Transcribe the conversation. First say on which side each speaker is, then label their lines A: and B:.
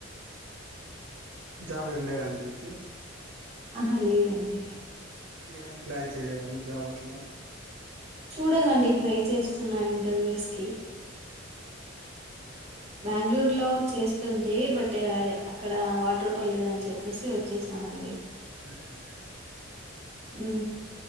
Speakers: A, on the right (about 80°); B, on the right (about 35°).
A: జాబ్ ఏమి లేదండి మీకి
B: ఆహా లేదండి
A: ఏం ప్లాన్ చేయలేదండి జాబ అట్లా
B: చూడల్లండి ట్రై చేస్తున్న ఇంటర్వ్యూస్ కి బెంగళూరులో చేస్తుంటే బట్ అక్కడ వాటర్ పర్లేదు అని చెప్పేసి వచ్చేస అవునండి
A: ఆహ
B: ఉ